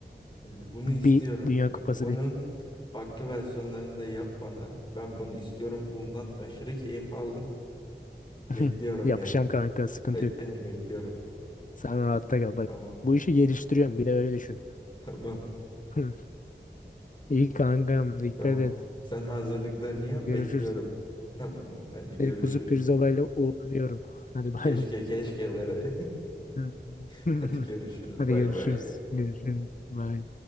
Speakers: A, on the left (about 25°); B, on the left (about 45°).
A: öyle. Bunu
B: bir
A: istiyorum.
B: Dünya
A: Bak
B: Kupası
A: bunun
B: değil.
A: farklı versiyonlarını da yap bana. Ben bunu istiyorum. Bundan aşırı keyif aldım.
B: <laughs>
A: Bekliyorum
B: Yapacağım
A: yani.
B: kanka sıkıntı
A: Bekliyorum
B: yok.
A: bekliyorum.
B: Sen rahatta kal. Bak
A: Tamam.
B: bu işi geliştiriyorum bir de öyle düşün.
A: <laughs> Tamam.
B: <laughs> İyi kankam dikkat
A: Tamam.
B: et.
A: Sen hazırlıklarını yap,
B: Görüşürüz.
A: bekliyorum. Tamam mı? Hadi görüşürüz.
B: Seni kuzu pirzolayla uğurluyorum. Hadi bay
A: Keşke
B: bay.
A: keşke bere.
B: <laughs>
A: <laughs> Hadi görüşürüz.
B: Hadi
A: Bay
B: görüşürüz.
A: bay.
B: Görüşürüz. Bay.